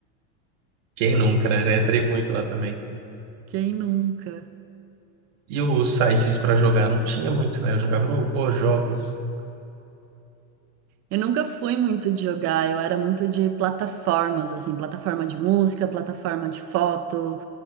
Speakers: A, on the right; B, on the right.
A: Quem nunca, né? Já entrei muito lá também.
B: Quem nunca?
A: E os sites para jogar não tinha muitos, né? Eu jogava no Os Jogos.
B: Eu nunca fui muito de jogar, eu era muito de plataformas, assim, plataforma de música, plataforma de foto,